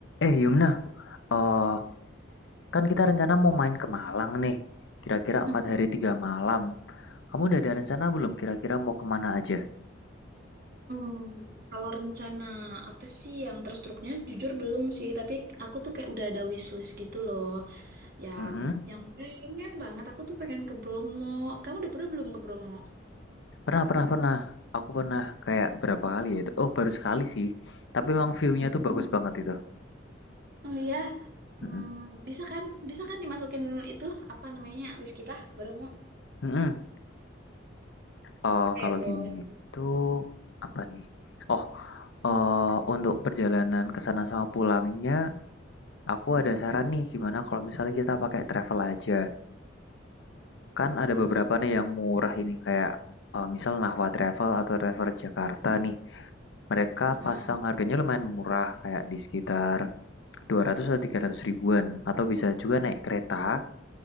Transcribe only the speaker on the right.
Mm-mm.
Hmm, kalau rencana apa sih yang terstruknya jujur belum sih, tapi aku tuh kayak udah ada wishlist gitu loh, yang
yang pengen banget aku tuh pengen ke Bromo. Kamu udah pernah belum ke Bromo?
Hmm.
Oh iya, Hmm,
bisa kan? Bisa kan dimasukin itu apa namanya list kita Bromo?
Oke,
boleh.
Mm-mm.
Hmm,
mau pakai.
Mm-mm.